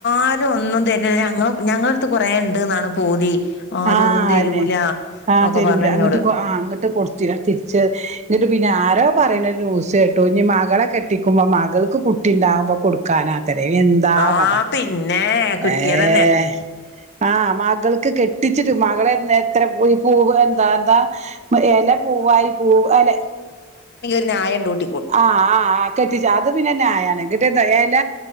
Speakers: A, on the left; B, on the right.
A: ആരും ഒന്നും തരുന്നില്ല ഞ ഞങ്ങ ഞങ്ങളടുത്ത് കൊറേ ഉണ്ട്ന്നാണ് പൂതി ആരും
B: ആ
A: ഒന്നും തരൂല
B: അയന്നെ ആഹ്
A: എന്നൊക്കെ
B: തരൂല
A: പറഞ്ഞു എന്നോട്
B: അങ്ങിട്ട്കൊ ആഹ് അങ്ങട്ട് കൊട്ത്തി തിരിച്ച് ഇങ്ങിട്ട് പിന്നെ ആരോ പറയ്ണേ ന്യൂസ് കേട്ടു ഇനി മകളെ കെട്ടിക്കുമ്പോ മകൾക്ക് കുട്ടി ഉണ്ടാവുമ്പൊ കൊടുക്കാനാന്ന് അത്രയും എന്താ
A: ആഹ്
B: കഥ
A: പിന്നെ കിട്ടിയതന്നെ
B: ഏഹ് ആഹ് മകൾക്ക് കെ ന്നിട്ട് മകളെ എ എത്ര പോഈ പൂവ എന്താ എന്താ എല പൂവായി പൂവ എലെ
A: ഞായണ്ടു <unintelligible>
B: ആ ആ കെട്ടിച്ച അത് പിന്നെ നായാണ് <unintelligible>